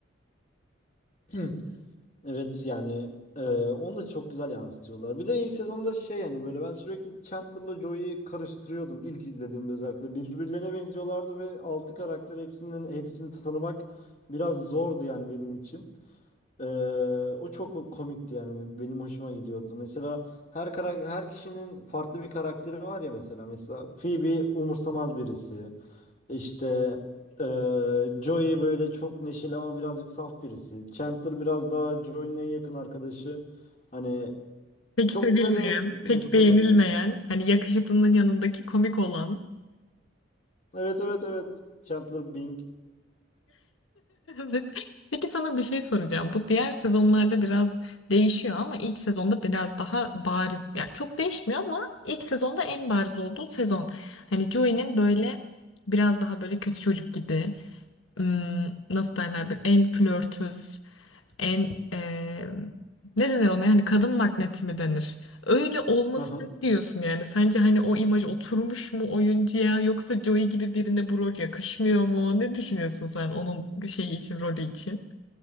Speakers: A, on the left; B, on the left.
A: <clears throat> Evet yani e, onu da çok güzel yansıtıyorlar. Bir de ilk sezonda şey yani böyle ben sürekli Chandler'la Joey'yi karıştırıyordum ilk izlediğimde özellikle. Birbirlerine benziyorlardı ve altı karakter hepsinin hepsini tanımak biraz zordu yani benim için. Ee, o çok komikti yani benim hoşuma gidiyordu. Mesela her karak her kişinin farklı bir karakteri var ya mesela mesela Phoebe umursamaz birisi. İşte ee, Joey böyle çok neşeli ama birazcık saf birisi. Chandler biraz daha Joey'nin en yakın arkadaşı. Hani
B: Pek
A: çok
B: sevilmeyen,
A: böyle
B: pek
A: hoşuma
B: beğenilmeyen,
A: gidiyor.
B: hani yakışıklının yanındaki komik olan.
A: Evet evet evet. Chandler Bing.
B: Evet. Peki sana bir şey soracağım. Bu diğer sezonlarda biraz değişiyor ama ilk sezonda biraz daha bariz. Yani çok değişmiyor ama ilk sezonda en bariz olduğu sezon. Hani Joey'nin böyle biraz daha böyle kötü çocuk gibi ım, nasıl derler bir en flörtöz en eee, ne denir ona yani kadın magneti mi denir? Öyle olmasına
A: <laughs>
B: ne diyorsun yani? Sence hani o imaj oturmuş mu oyuncuya yoksa Joey gibi birine bu rol yakışmıyor mu? Ne düşünüyorsun sen onun şeyi için, rolü için?